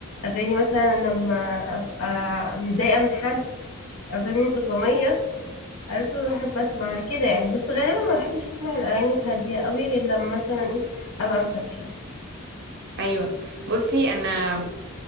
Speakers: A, on the left; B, on the right.
A: اغاني مثلا لما ابقى متضايقه من حد اغاني انتقاميه عارفة بحب اسمعها كده يعني بس غالبا ما بحبش اسمع الاغاني الهادية قوي غير لما مثلا ايه ابقى مسافرة
B: ايوه بصي انا